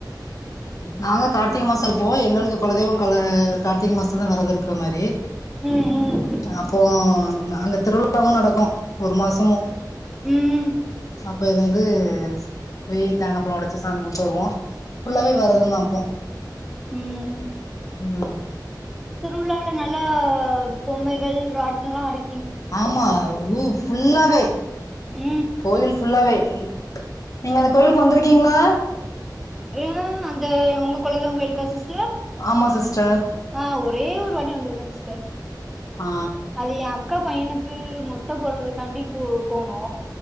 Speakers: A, on the left (about 45°); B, in the centre.
A: நாங்க கார்த்திக மாச போவோம் எங்களுக்கு குலதெய்வ கொல கார்த்திகை மாசம் பதா வரத இருக்குற மாரி
B: ம் ம்
A: அப்போ அங்க திருவிழாவு நடக்கு ஒரு மாசமு
B: உம்
A: அப்போ இது வந்து போய் தேங்காய் பழம் ஒடைச்சு சாமி கும்ட்டு வருவோ ஃபுல்லாவே
B: ம்
A: வரத தா அப்போ
B: ம்
A: ம்
B: திருவிழால நல்லா பொம்மைகள் ராட்சனல்லா ஆடி
A: ஆமா ஊ ஃபுல்லாவே
B: ம்
A: கோயில் ஃபுல்லாவே நீங்க அந்த கோயிலுக்கு வந்துருக்கீங்களா
B: <unintelligible> அந்த உங்க குல தெய்வ கோயிலுக்கா சிஸ் ச
A: ஆமா சிஸ்டர்
B: ஆ ஒரே ஒரு வாட்டி வந்திருக்கோ சிஸ்டர்
A: ஆ
B: அது எ அக்கா பையனுக்கு மொட்ட போடுறதுக்காண்டி கு போனோ